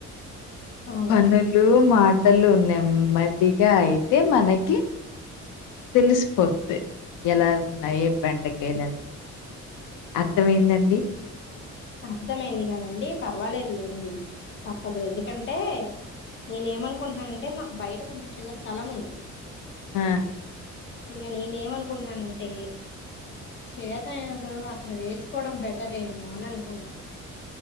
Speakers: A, on the left; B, on the left.
A: అవును
B: పనులు మాటలు నెమ్మదిగా అయితే మనకి తెలిసిపోద్ది ఎలా ఉన్నాయి బెండకాయలని అర్థమయిందండీ
A: అర్థమయింది గానండి పర్వాలేదు లేండి తప్పదు ఎందుకంటే నేనే ఏమనుకుంటున్నానంటే మాకు బయట కొంచెం చిన్న స్థలం ఉంది
B: ఆ
A: ఇక నేనేమనుకుంటున్నానంటే చేతనయినంతవరకు అక్కడ వేసుకు కోవడం బెటర్ ఏమో అని అనుకుంటున్నా